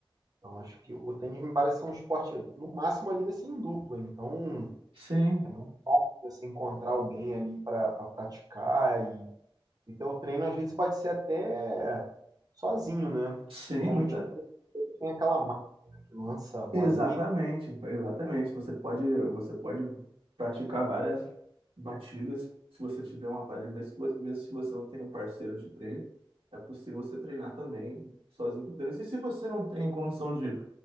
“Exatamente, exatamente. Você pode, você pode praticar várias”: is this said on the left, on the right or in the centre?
Right